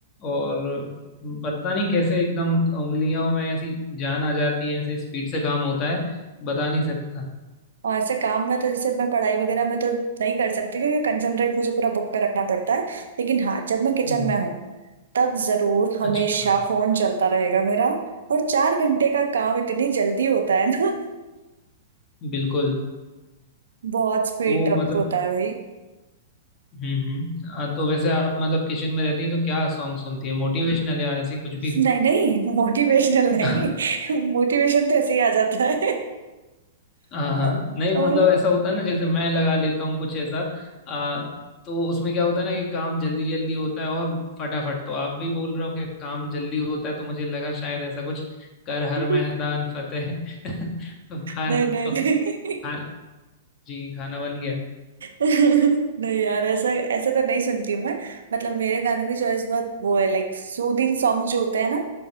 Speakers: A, on the left; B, on the right.
A: और पता नहीं कैसे एकदम उंगलियों में ऐसी जान आ जाती है ऐसे स्पीड से काम होता है बता नहीं सकता
B: और ऐसे काम में तो जैसे मैं पढ़ाई वगैरह में तो नहीं कर सकती क्योंकि कंसंट्रेट मुझे पूरा बुक पे रखना पड़ता है लेकिन हाँ जब मैं किचन
A: हम्म,
B: में हूँ तब जरूर हमेशा
A: अच्छा
B: फोन चलता रहेगा मेरा और चार घंटे का काम इतनी जल्दी होता है ना <laughs>
A: बिल्कुल
B: बहुत स्पीड
A: तो
B: अप
A: मतलब
B: होता है भाई
A: हम्म हम्म हाँ, तो वैसे आप मतलब किचन में रहती हैं तो क्या सॉन्ग सुनती है मोटिवेशनल या ऐसी कुछ
B: <laughs>
A: भी
B: नहीं नहीं मोटिवेशनल नहीं
A: <laughs>
B: <laughs> मोटिवेशन तो ऐसे ही आ जाता है
A: हाँ हाँ
B: <laughs>
A: नहीं मतलब ऐसा होता है ना जैसे मैं लगा लेता हूँ कुछ ऐसा आ, तो उसमें क्या होता है ना कि काम जल्दी जल्दी होता है और फटाफट तो आप भी बोल रहे हो कि काम जल्दी होता है तो मुझे लगा शायद ऐसा कुछ कर हर
B: <laughs> नहीं
A: मैदान फतेह <laughs> तो खा,
B: नहीं
A: तो
B: नहीं
A: खा जी खाना बन गया
B: नहीं यार ऐसा ऐसा तो नहीं सुनती हूँ मैं मतलब मेरे गानों की चॉइस बहुत वो है लाइक सूदिंग सॉन्ग जो होते हैं ना